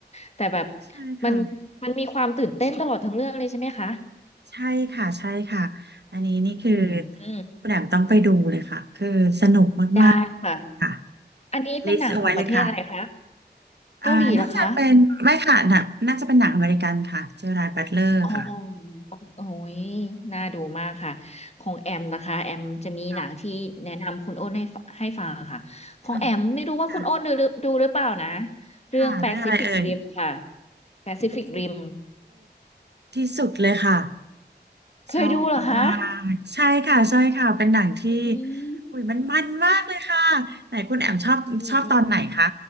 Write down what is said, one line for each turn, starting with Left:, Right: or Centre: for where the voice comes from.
Left: แต่แบบ
Right: ใช่ค่ะ
Left: มันมันมีความตื่นเต้นตลอดทั้งเรื่องเลยใช่ไหมคะ
Right: ใช่ค่ะใช่ค่ะอันนี้นี่คือ
Left: อืม
Right: คุณแหม่มต้องไปดูเลยค่ะคือสนุกมากๆค่ะ
Left: ได้ค่ะอันนี้เป็นหนังของประเทศอะไรคะ
Right: ลิสต์เอาไว้เลยค่ะ
Left: เกาหลีเหรอคะ
Right: อ่าน่าจะเป็นไม่ค่ะหน่ะน่าจะเป็นหนังอเมริกันค่ะเจอราร์ดบัตเลอร์ค่ะ
Left: อ๋อโอ้ยน่าดูมากค่ะ ของแอมนะคะ แอมจะมีหนังที่แนะนำคุณโอ้นให้ฟให้ฟังค่ะ
Right: ค่ะ
Left: ของแอมไม่รู้ว่าคุณโอ้นดูหรือดูหรือเปล่านะ
Right: ค่ะค่ะ
Left: เรื่อง
Right: ค่ะเรื่องอะไรเอ่ย
Left: Pacific Rim ค่ะ Pacific
Right: โอ้โห
Left: Rim
Right: ที่สุดเลยค่ะ
Left: เคยดูเหรอคะ
Right: ชอบมากๆใช่ค่ะใช่ค่ะเป็นหนังที่
Left: อืม
Right: อุ้ยมันมันมากเลยค่ะไหนคุณแอมชอบชอบตอนไหนคะ
Left: อืมอืม